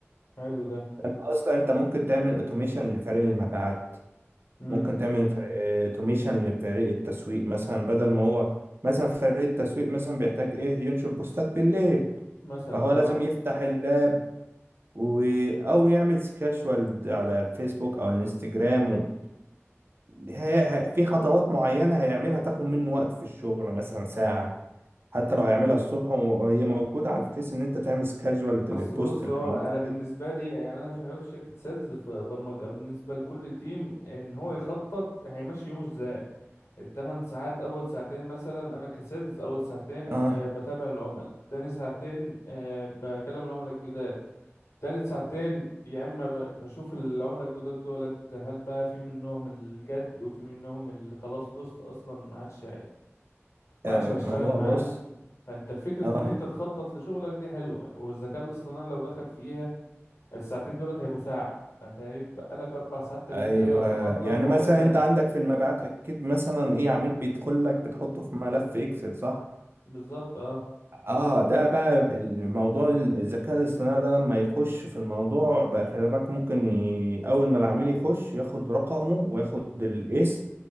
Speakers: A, on the left (about 70°); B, on the right (about 55°).
A: حلو ده
B: انت اصلا انت ممكن تعمل اوتوميشن لفريق المبيعات
A: امم
B: ممكن تعمل اوتوميشن لفريق التسويق مثلا بدل ما هو مثلا فريق التسويق مثلا بيحتاج ايه ينشر بوستات بالليل
A: مثلا
B: فهو
A: اه
B: لازم يفتح اللاب و... او يعمل سكاشوال على الفيسبوك او الانستجرام و... هي... هي... في خطوات معينة هيعملها تاخد منه وقت في الشغل مثلا ساعة حتى لو هيعملها الصبح وهي موجودة على الفيس ان انت تعمل سكاشوال
A: اصل
B: للبوست
A: بص
B: اللي
A: هو
B: هينزل
A: انا بالنسبه لي يعني انا شغال في شركه سيلز في برمجه بالنسبه لكل تيم ان هو يخطط هيمشي يومه ازاي التمن ساعات اول ساعتين مثلا انا كسيلز اول ساعتين
B: اه
A: أه بتابع العملاء تاني ساعتين أه بكلم العملاء الجداد تالت ساعتين يا اما ب- بشوف العملاء الجداد دولت هل بقى في منهم الجد وفي منهم اللي خلاص لوست اصلا ما عادش ما
B: آه،
A: عادش هيشتغل
B: ما هو
A: معانا
B: بص
A: فانت الفكرة
B: اه
A: ان انت تخطط لشغلك دي حلوة والذكاء الاصطناعي لو دخل فيها الساعتين دولت هيبقوا ساعة فانت هيتبقى لك اربع ساعات تانيين
B: ايوه
A: تقدر تخطط
B: يعني
A: لحاجات
B: مثلا
A: تانية
B: انت عندك في المبيعات اكيد مثلا ايه عميل بيدخل لك بتحطه في ملف اكسل صح
A: بالظبط اه
B: اه ده بقى الموضوع الذكاء الاصطناعي ده لما يخش في الموضوع بقى خلي بالك ممكن ي... اول ما العميل يخش ياخد رقمه وياخد الاسم